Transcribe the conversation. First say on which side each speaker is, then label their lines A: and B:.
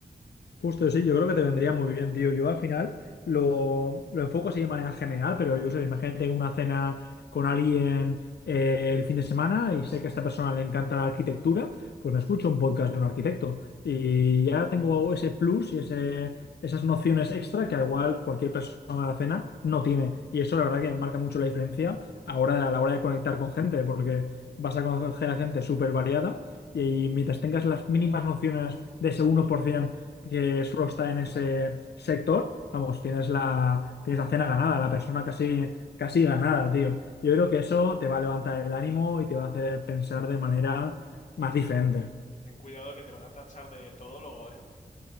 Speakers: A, on the left (about 85°); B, on the left (about 45°).
A: Justo sí, yo creo que te vendría muy bien, tío. Yo al final lo, lo enfoco así de manera general, pero yo sé, imagínate tengo una cena con alguien eh, el fin de semana y sé que a esta persona le encanta la arquitectura, pues me escucho un podcast de un arquitecto y ya tengo ese plus y ese, esas nociones extra que al igual cualquier persona de la cena no tiene. Y eso la verdad que marca mucho la diferencia ahora, a la hora de conectar con gente, porque vas a conocer a gente súper variada y mientras tengas las mínimas nociones de ese 1%, que solo está en ese sector, vamos, tienes la, tienes la cena ganada, la persona casi, casi ganada, tío. Yo creo que eso te va a levantar el ánimo y te va a hacer pensar de manera más diferente.
B: Ten cuidado que te van a tachar de todólogo, ¿eh?